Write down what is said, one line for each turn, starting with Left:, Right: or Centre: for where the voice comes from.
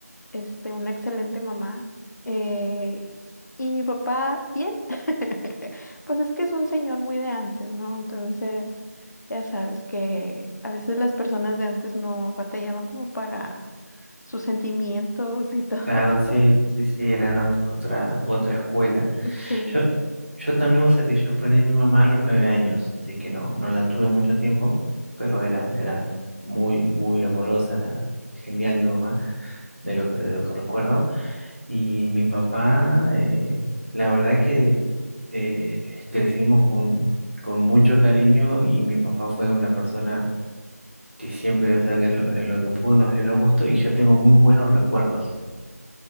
Left: este, una excelente mamá. eh, y mi papá, bien. <laughs> Pues es que es un señor muy de antes, ¿no? Entonces, ya sabes que a veces las personas de antes no batallaban como para sus sentimientos y todo
Right: Claro,
Left: <laughs> esto.
Right: sí, sí, sí, era ot- otra, otra escuela.
Left: Sí,
Right: Yo, yo también, o sea, que yo perdí a mi mamá a los nueve años, así que no, no la tuve mucho tiempo, pero era, era muy, muy amorosa, era genial mi mamá, de lo que, de lo que recuerdo. Y mi papá, eh, la verdad que eh, crecimos con, con mucho cariño y mi papá fue una persona que siempre, o sea, que en lo, en lo que pudo nos dio los gustos y yo tengo muy buenos recuerdos